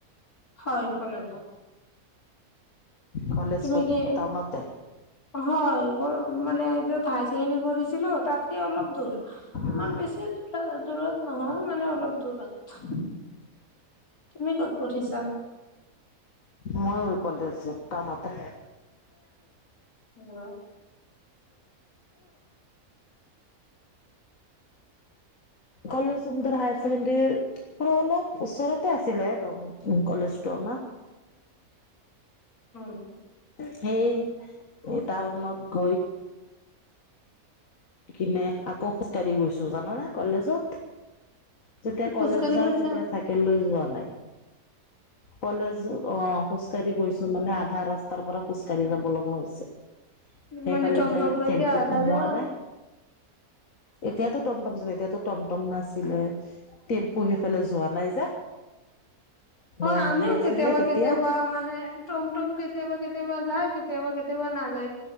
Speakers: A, on the left (about 80°); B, on the left (about 65°).
A: হয় কলেজত
B: কলেজ
A: তুমি
B: ক'ত
A: কি
B: টাউনতে
A: হয় মানে য'ত হাই ছেকেণ্ডাৰী কৰি ছিলো তাতকে অলপ দূৰ
B: উম,
A: ইমান বেছি দূৰত নহয় মানে অলপ দূৰ পথ তুমি ক'ত পঢ়িছা
B: মইো কলেজছো টাউনতে
A: অ <unintelligible>
B: কলেজৰ হায়াৰ ছেকেণ্ডাৰী অলপ ওচৰতে আছিলে কলেজটো আমাৰ
A: উম
B: সেই টাউনত গৈ আহ কিনে আকৌ খোজকাঢ়ি গৈছো জানানে কলেজত যেতিয়া
A: খোজকাঢ়ি
B: কলেজ যাওঁ
A: গৈছা?
B: তেতিয়া চাইকেল লৈ যোৱা নাই কলেজ অ খোজ কাঢ়ি গৈছো মানে আধা ৰাস্তাৰ পৰা খোজ কাঢ়ি যাব লগা হৈছে সেইফালে
A: মানে টমটম
B: যে
A: লৈকে
B: টেম্পু
A: আধা
B: কোমোৱা
A: যোৱা?
B: নাই এতিয়াতো টমটম এতিয়াতো টমটম নাছিলে টেম্পু সেইফালে যোৱা নাই যে
A: হয়
B: ন এন্ট্ৰি
A: আমিও
B: আছিলে
A: কেতিয়াবা
B: তেতিয়া
A: কেতিয়াবা মানে টম টম কেতিয়াবা কেতিয়াবা যায় কেতিয়াবা কেতিয়াবা না যায়